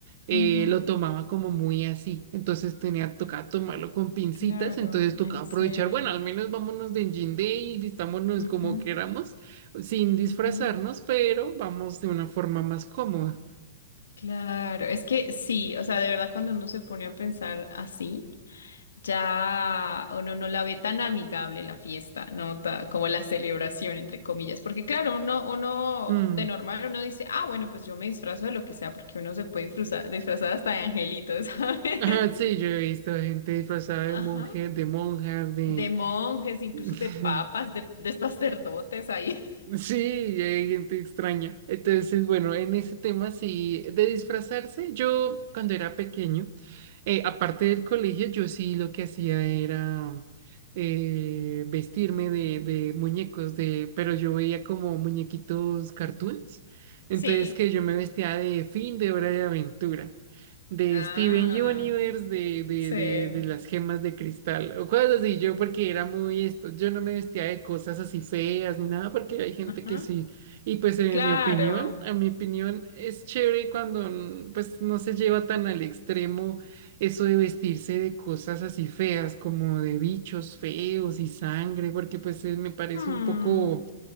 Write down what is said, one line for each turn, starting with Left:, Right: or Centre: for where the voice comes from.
Right: eh,
Left: Ujú,
Right: lo tomaba como muy así. Entonces tenía, tocaba tomarlo con pincitas,
Left: claro,
Right: entonces tocaba
Left: en serio.
Right: aprovechar, bueno, al menos vámonos de Engine Day y vistámonos
Left: Ujú,
Right: como queramos, sin disfrazarnos,
Left: ujú,
Right: pero vamos de una forma más cómoda.
Left: Claro, es que sí, o sea, de verdad cuando uno se pone a pensar así, ya uno no la ve tan amigable la fiesta, ¿no? Ta- como la celebración, entre comillas, porque claro, uno, uno
Right: Mm.
Left: de normal uno dice, ah, bueno, pues yo me disfrazo de lo que sea, porque uno se puede disfrazar, disfrazar hasta de angelitos, ¿sabes?
Right: Ajá, sí, yo he visto gente disfrazada
Left: <laughs>
Right: de monje,
Left: Ajá,
Right: de monjas, de...
Left: de monjes, incluso
Right: <laughs>
Left: de papas, de, de sacerdotes ahí.
Right: Sí, y hay gente extraña. Entonces, bueno, en ese tema sí, de disfrazarse, yo cuando era pequeño, eh, aparte del colegio, yo sí lo que hacía era eh, vestirme de, de muñecos, de, pero yo veía como muñequitos cartoons. Entonces
Left: Sí.
Right: que yo me vestía de Fin de Hora de Aventura de
Left: Ah,
Right: Steven Universe, de, de,
Left: sí.
Right: de, de las gemas de cristal, o cosas así, yo porque era muy esto, yo no me vestía de cosas así feas ni nada, porque hay gente
Left: Ajá.
Right: que sí, y pues en
Left: Claro.
Right: mi opinión, a mi opinión es chévere cuando mm, pues no se lleva tan al extremo eso de vestirse de cosas así feas, como de bichos feos y sangre, porque pues eh, me parece
Left: Hmm.
Right: un poco